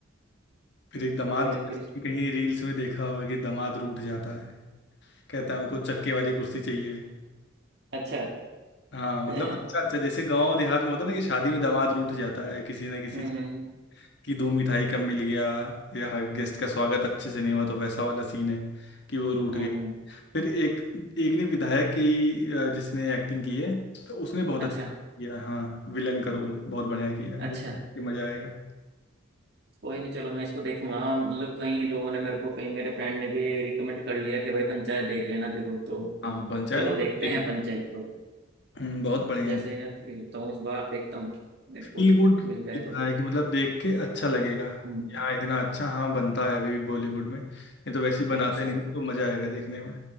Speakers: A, on the left (about 60°); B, on the right (about 55°).
A: फिर एक दामाद
B: कोई नहीं
A: जी
B: फिर
A: का scene
B: इस-
A: कहीं रील्स में देखा होगा कि दामाद रूठ जाता है कहता है हमको चक्के वाली कुर्सी चाहिए
B: अच्छा
A: हाँ मतलब
B: <laughs> हम्म
A: अच्छा अच्छा जैसे गांव देहात में होता है ना कि शादी में दामाद रूठ जाता है किसी ना किसी
B: हम्म
A: कि दो मिठाई कम मिल गया या गेस्ट का स्वागत अच्छे से नहीं हुआ तो वैसा वाला सीन है कि वो रूठ
B: हम्म
A: गया
B: हम्म,
A: फिर एक एक ने विधायक की अ, जिसने एक्टिंग की है तो उसने बहुत
B: अच्छा
A: अच्छा किया हाँ विलन का रोल बहुत बढ़िया किया
B: अच्छा
A: है वो देख के मजा आएगा
B: कोई नहीं चलो मैं इसको देखूंगा हाँ, मतलब कई लोगों ने मेरे को कहीं मेरे फ्रेंड ने भी रिकमेंड कर लिया कि भाई पंचायत देख लेना जरूर तो
A: हाँ पंचायत
B: चलो
A: मतलब
B: देखते
A: देख
B: हैं पंचायत को
A: हम्म, बहुत बढ़िया
B: जैसे ही मैं फ्री होता हूँ इस बार देखता हूँ मेरे
A: फील
B: को
A: गुड
B: मिल जाए तो
A: है कि मतलब देख के अच्छा लगेगा
B: हम्म
A: यहाँ इतना अच्छा हाँ बनता है अभी भी बॉलीवुड में नहीं तो वैसे ही बनाते
B: अच्छा
A: नहीं तो मजा आएगा देखने में